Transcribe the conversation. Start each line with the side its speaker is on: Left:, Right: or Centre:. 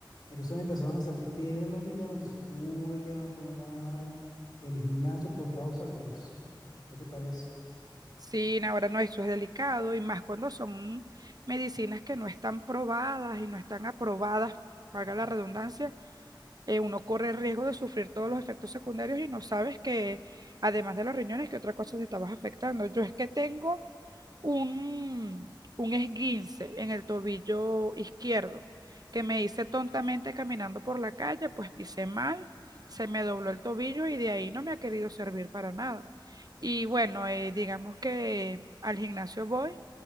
Left: Entonces me empezaron a salir piedras en los riñones, entonces tuve que abandonar el gimnasio por causa de eso. ¿Qué te parece?
Right: Sí, ahora no, eso es delicado y más cuando son medicinas que no están probadas y no están aprobadas, valga la redundancia, eh, uno corre el riesgo de sufrir todos los efectos secundarios y no sabes que, además de los riñones, que otra cosa te estabas afectando. Yo es que tengo un, un esguince en el tobillo izquierdo que me hice tontamente caminando por la calle, pues pisé mal, se me dobló el tobillo y de ahí no me ha querido servir para nada. Y bueno, eh, digamos que al gimnasio voy,